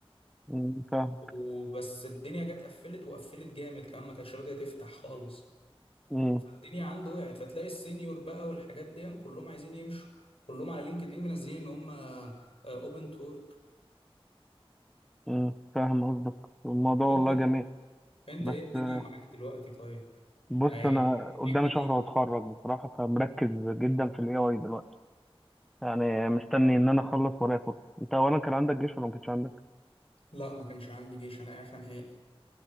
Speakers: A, in the centre; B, on the left (about 70°).
A: أمم، فاهم
B: وبس الدنيا جت قفلت وقفلت جامد كمان ما كانتش راضيه تفتح خالص
A: أمم،
B: الدنيا عنده وقعت فتلاقي السينيور بقى والحاجات دي كلهم عايزين يمشوا كلهم على لينكد ان منزلين ان هم اوبن تورك
A: أمم، فاهم قصدك الموضوع
B: طب
A: والله
B: انت
A: جميل
B: انت
A: بس
B: ايه الدنيا
A: آه،
B: معاك دلوقتي طيب
A: بص
B: يعني
A: أنا قدامي
B: ايه الجديد
A: شهر وأتخرج بصراحة فمركز جدا في ال AI دلوقتي يعني مستني إن أنا أخلص ورايا فرصة أنت أولا كان عندك جيش ولا ما كانش عندك؟
B: لا ما كانش عندي جيش انا اعفى نهائي